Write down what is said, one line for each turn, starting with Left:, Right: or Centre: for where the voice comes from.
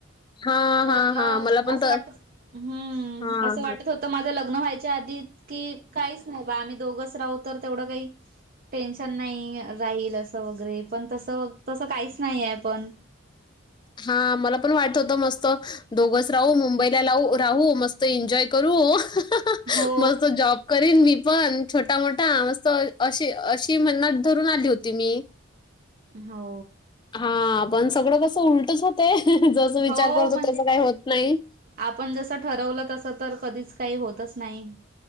Left: हां,
Right: तर
Left: हां, हां. मला पण
Right: असं
Left: तर
Right: वाटत हम्म...
Left: हां.
Right: असं वाटत होतं माझं लग्न व्हायच्या आधी इतकी... काहीच नाही बा आम्ही दोघच राहू तर तेवढं काही टेन्शन नाही राहील.... असं वगैरे... पण तसं... तसं काहीच नाही आहे पण.
Left: हा... मला पण वाटत होतं मस्त... दोघच राहू, मुंबईला लावू... राहू मस्त मस्त एन्जॉय करू... हाहा...
Right: हो
Left: मस्त जॉब करीन मी पण... छोटा मोठा... मस्त अशी... अशी मनात धरून आली होती मी <inaudible>
Right: हो.
Left: हा... पण सगळं कसं उलटच होतय... जसं विचार
Right: हो
Left: करतो
Right: म्हणजे
Left: तसं काही होत नाही.
Right: आपण जसं ठरवलं तसं तर... कधीच काइ... होतच नाही.